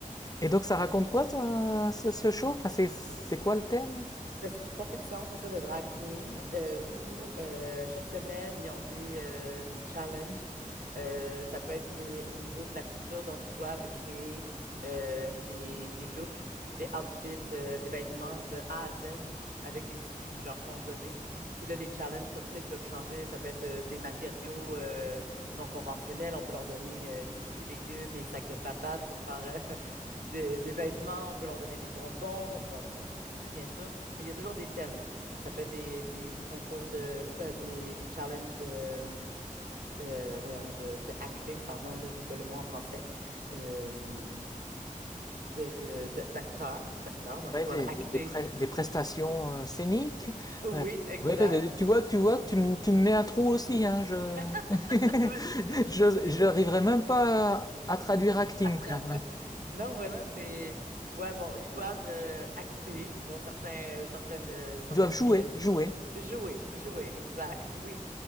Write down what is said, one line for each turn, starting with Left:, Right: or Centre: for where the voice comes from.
Left: Et donc, ça raconte quoi, ton- ce, ce show? Enfin, c'est c'est quoi le thème?
Right: Ben, c'est une compétition, c'est ça, de drag queen, euh, où euh, chaque semaine, ils ont des, euh, des challenges. Euh, ça peut être des- au niveau de la couture, donc ils doivent créer euh, des, des looks, des outfits, euh, des vêtements de A à Z avec des tissus qui leur sont donnés. Puis là, les challenges comme ça, ils peuvent changer. Ça peut être euh, des matériaux euh, non conventionnels. On peut leur donner euh, des fruits, légumes et sacs de patates pour faire euh, <laughs> des, des vêtements. On peut leur donner des bonbons. On peut leur donner des tissus, bien sûr. Mais il y a toujours des thèmes. Ça peut être des, des concours de, euh, des, des challenges de, euh, voyons, de, de acting, pardon, là, j'ai pas le mot en français, euh, de, de, de- d'acteurs, d'acteurs, donc
Left: Ouais,
Right: ils doivent
Left: des,
Right: acter.
Left: des- des pre- des prestations euh, scéniques.
Right: Oui,
Left: Euh,
Right: exact.
Left: ouais, bah, bah, tu vois, tu vois, tu me tu me mets un trou aussi, hein, je...
Right: <laughs>
Left: <laughs>
Right: Ouais, c'est ça, c'est
Left: je,
Right: difficile
Left: j'arriverai même pas à, à traduire acting,
Right: à traduire.
Left: tiens.
Right: Non, voilà, c'est... Ouais, bon, ils doivent euh, acter, bon, certains, euh, certaines, euh, certaines
Left: Ils doivent jouer,
Right: pièces.
Left: jouer.
Right: Jouer, jouer, exact, oui.